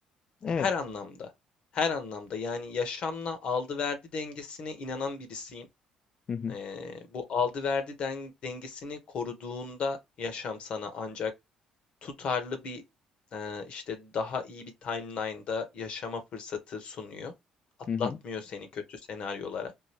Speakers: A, on the left; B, on the left.
A: Evet.
B: Her anlamda. Her anlamda yani yaşamla aldı verdi dengesine inanan birisiyim.
A: Hı hı
B: Ee, bu aldı verdi den- dengesini koruduğunda yaşam sana ancak tutarlı bir e, işte daha iyi bir timeline'da yaşama fırsatı sunuyor. Atlatmıyor
A: hı hı
B: seni kötü senaryolara.